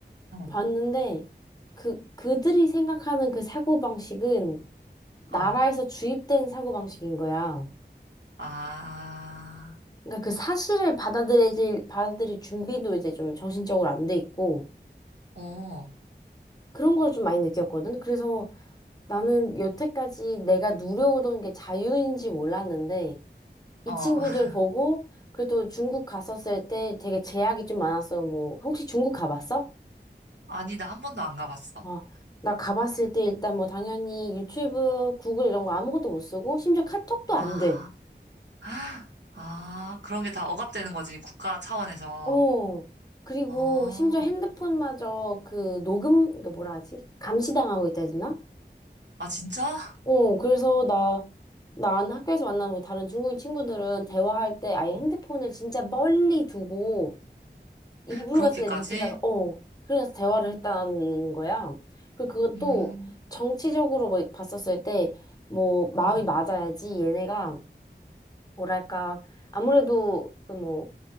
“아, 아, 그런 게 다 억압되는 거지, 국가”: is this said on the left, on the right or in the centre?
Right